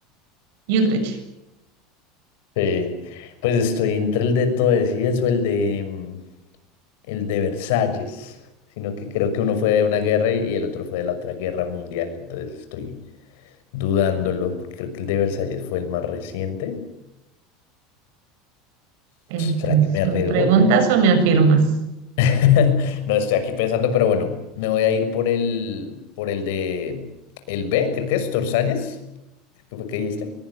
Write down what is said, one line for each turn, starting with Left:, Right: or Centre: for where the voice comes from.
Right: Utrecht.
Left: Sí. Pues estoy entre el de Tordesillas o el de mm, el de Versalles, sino que creo que uno fue de una guerra y el otro fue de la otra guerra mundial, entonces estoy dudándolo, porque creo que el de Versalles fue el más reciente.
Right: Entonces,
Left: ¿Será que me arriesgo?
Right: ¿me preguntas o me afirmas?
Left: <laughs> No estoy aquí pensando, pero bueno, me voy a ir por el, por el de el B, creo que es Torsalles. Creo que fue que dijiste.